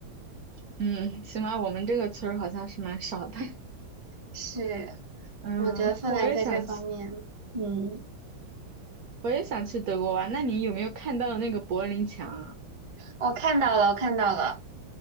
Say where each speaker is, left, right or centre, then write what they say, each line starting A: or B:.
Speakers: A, on the right (about 60°); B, on the right (about 30°).
A: 嗯，起码我们这个村儿好像是蛮少的。
B: 是，
A: <laughs> 嗯，
B: 我觉得芬兰在这方面，
A: 我也想去，
B: 嗯，
A: 我也想去德国玩。那你有没有看到那个柏林墙啊？
B: 我看到了，我看到了。